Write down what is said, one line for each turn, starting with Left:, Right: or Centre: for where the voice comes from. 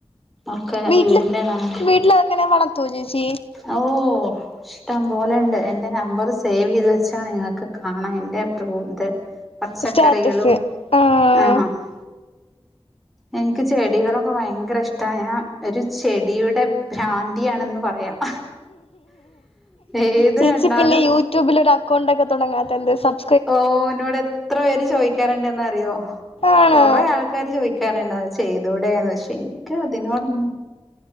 Centre: ഒക്കെ
Left: വീട്ടില്
Centre: വീടിന്റെ നാല്
Left: വീട്ടില് അങ്ങനെ വളത്തുവോ ചേച്ചി
Centre: ഓ ഇഷ്ടം പോലെണ്ട് എൻ്റെ നമ്പറ് സേവ് ചെയ്ത് വെച്ചാ നിങ്ങക്ക് കാണാം എൻ്റെ <unintelligible> പച്ചക്കറികളും
Left: സ്റ്റാറ്റസ് ആഹ്
Centre: <unintelligible> എനിക്ക് ചെടികളൊക്ക ഭയങ്കര ഇഷ്ടാ ഞാൻ ഒരു ചെടിയുടെ ഭ്രാന്തിയാണെന്ന് പറയാം ഏത്
Left: ചേച്ചി
Centre: കണ്ടാലും
Left: പിന്നെ യൂട്യൂബിലൊരു അക്കൗണ്ടൊക്കെ തൊടങ്ങാത്ത എന്ത് സബ്
Centre: ഓ ന്നോട് എത്ര പേര് ചോയിക്കാറുണ്ടെന്ന് അറിയോ
Left: ആണ്
Centre: കൊറേ ആൾ <unintelligible> ചോയിക്കാറുണ്ട് <unintelligible> ചെയ്തൂടെന്ന്പക്ഷെ എനിക്ക് <unintelligible> അതിനോടൊന്ന്